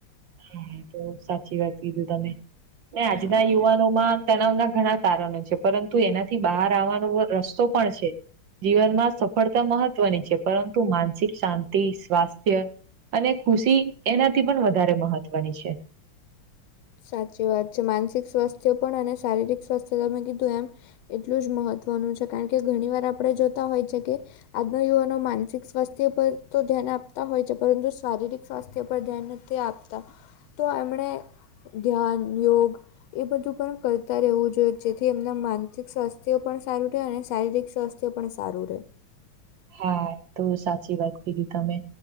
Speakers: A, on the right; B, on the left.
A: હા તો સાચી વાત કીધું તમે આજના
B: હા
A: યુવાનો માં તણાવના ઘણા કારણો છે પરંતુ એનાથી બહાર આવવાનો રસ્તો પણ છે. જીવનમાં સફળતા મહત્વની છે પરંતુ માનસિક શાંતિ સ્વાસ્થ્ય અને ખુશી એનાથી પણ વધારે મહત્વની છે.
B: સાચી વાત છે માનસિક સ્વાસ્થ્ય પણ અને શારીરિક સ્વાસ્થ્ય તમે કીધું એમ એટલું જ મહત્વનું છે કારણ કે ઘણી વાર આપણે જોતા હોય છે કે. આજના યુવાનો માનસિક સ્વાસ્થ્ય પર તો ધ્યાન આપતા હોય છે પરંતુ શારીરિક સ્વાસ્થ્ય પર ધ્યાન. તે આપતા તો એમણે ધ્યાન, યોગ. એ બધું પણ કરતા રહેવું જોઈએ જેથી એમના માનસિક સ્વાસ્થ્ય પણ સારું રહેાય અને શારીરિક સ્વાસ્થ્ય. જે પણ સારું રહે.
A: હા તો સાચી વાત કીધી તમે